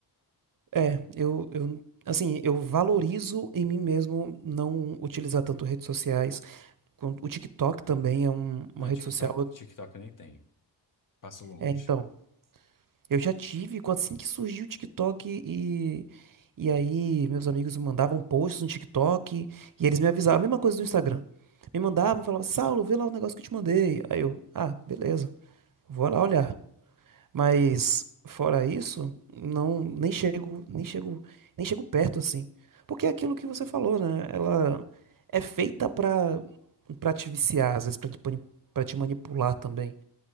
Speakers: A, on the right (about 50°); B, on the left (about 50°).
A: É, eu, eu, assim, eu valorizo em mim mesmo não utilizar tanto redes sociais, com- o TikTok também é um-
B: Não,
A: uma rede
B: TikTok,
A: social,
B: TikTok eu nem tenho. Passo longe.
A: é, então... Eu já tive, quando- assim que surgiu o TikTok e. E aí, meus amigos me mandavam posts no TikTok e eles me avisavam, a mesma coisa do Instagram. Me mandavam, falavam, assim, Saulo, vê lá o negócio que eu te mandei. Aí eu, ah, beleza, vou lá olhar. Mas fora isso, não, nem chego, nem chego, nem chego perto assim. Porque é aquilo que você falou, né? Ela é feita pra, pra te viciar, às vezes pra te, pani- pra te manipular também.